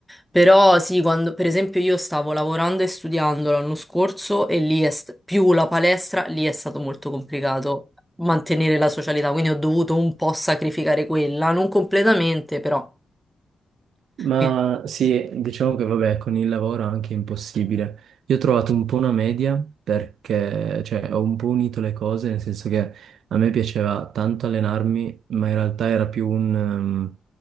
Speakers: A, in the centre; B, on the right.
A: Però sì, quando per esempio io stavo lavorando e studiando l'anno scorso e lì è st- più la palestra, lì è stato molto complicato mantenere la socialità, quindi ho dovuto un po' sacrificare quella, non completamente, però.
B: Ma
A: Sì,
B: sì, diciamo che vabbè, con il lavoro è anche impossibile. Io ho trovato un po' una media perché, cioè, ho un po' unito le cose, nel senso che a me piaceva tanto allenarmi, ma in realtà era più un, ehm,